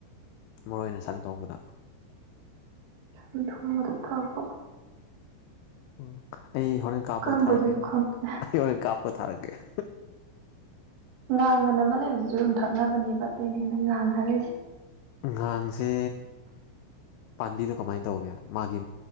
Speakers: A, on the left; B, on the right.
A: ꯃꯔꯨ ꯑꯣꯏꯅ ꯁꯟ ꯊꯣꯡꯕꯗ
B: ꯁꯟ ꯊꯣꯡꯕꯗ ꯇꯥꯛꯄ
A: ꯎꯝ ꯑꯩ ꯍꯣꯔꯦꯟ ꯀꯥꯞꯄꯒ
B: ꯀꯔꯝꯕꯣꯏꯗꯣꯏꯅꯣ
A: ꯊꯥꯔꯛꯀꯦꯀꯣ
B: ꯈꯪꯗꯦ
A: ꯑꯩ ꯍꯣꯔꯦꯟ ꯀꯥꯞꯄꯒ ꯊꯥꯔꯛꯀꯦ
B: ꯉꯥꯡ ꯑꯅ ꯑꯃ ꯂꯩꯕꯗꯨꯁꯨ ꯑꯗꯨꯝ ꯊꯛꯅꯕꯅꯦꯕ ꯑꯩꯅ ꯑꯩꯅ ꯉꯥꯡ ꯍꯥꯏꯔꯤꯁꯦ
A: ꯉꯥꯡꯁꯦ ꯄꯥꯝꯕꯤꯗꯣ ꯀꯃꯥꯏꯅ ꯇꯧꯒꯦ ꯃꯥꯒꯤ